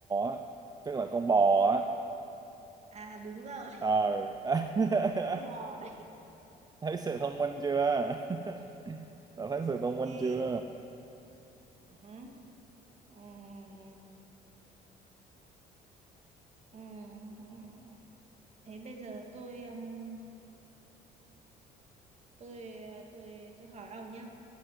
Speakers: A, on the right; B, on the right.
A: á chắc là con bò á
B: À đúng rồi,
A: ờ <laughs>
B: Con lò đấy,
A: thấy sự thông minh chưa <laughs> đã thấy sự thông
B: anh
A: minh
B: ghê.
A: chưa
B: Ờ hả. Ừm, ừm. Thế bây giờ tôi ừm, tôi ờ, tôi tôi hỏi ông nhá.